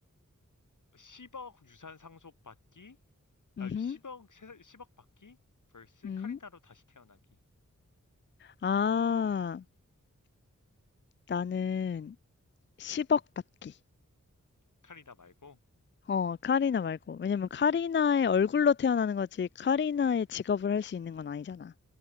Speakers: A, on the left; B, on the left.
A: 10억 유산 상속 받기? 아,
B: 음,
A: 10억, 세- 10억 받기? vs
B: 음.
A: 카리나로 다시 태어나기.
B: 아, 나는 10억 받기.
A: 카리나 말고,
B: 어, 카리나 말고. 왜냐면 카리나의 얼굴로 태어나는 거지, 카리나의 직업을 할 수 있는 건 아니잖아.